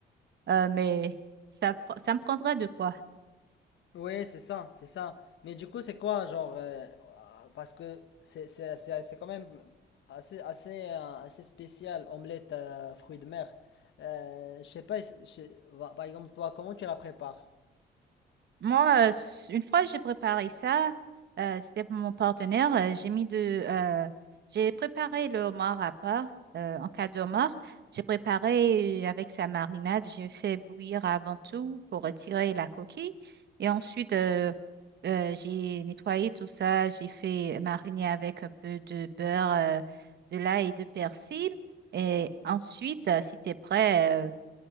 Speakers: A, on the right (about 60°); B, on the left (about 70°).
A: Euh, mais ça, pr- ça me prendrait de quoi?
B: Ouais, c'est ça, c'est ça. Mais du coup, c'est quoi, genre, euh, parce que c'est c'est- c'est- c'est quand même assez, assez, euh, assez spécial, omelette euh, fruits de mer. Euh, je sais pas, je sais- bah, par exemple, toi, comment tu la prépares?
A: Moi, euh, s- une fois j'ai préparé ça, euh, c'était pour mon partenaire. euh, j'ai mis de, euh, j'ai préparé le homard à part. euh, en cas de homard, j'ai préparé avec sa marinade. J'ai fait bouillir avant tout pour retirer la coquille. Et ensuite, euh, euh, j'ai nettoyé tout ça. J'ai fait mariner avec un peu de beurre, euh, de l'ail et de persil. Et ensuite, euh, si t'es prêt, euh,